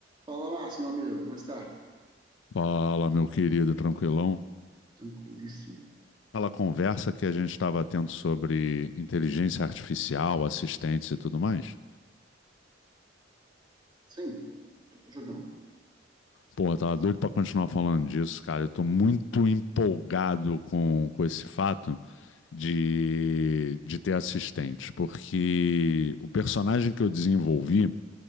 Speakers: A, on the right (about 25°); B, on the left (about 85°).
A: Fala, Márcio, meu amigo, como está?
B: Fala, meu querido, tranquilão.
A: Tranquilíssimo.
B: Aquela conversa que a gente estava tendo sobre inteligência artificial, assistentes e tudo mais.
A: Sim, tô, tô jogando.
B: Porra, tava doido para continuar falando disso, cara. Eu tô muito empolgado com, com esse fato de, de ter assistentes, porque o personagem que eu desenvolvi,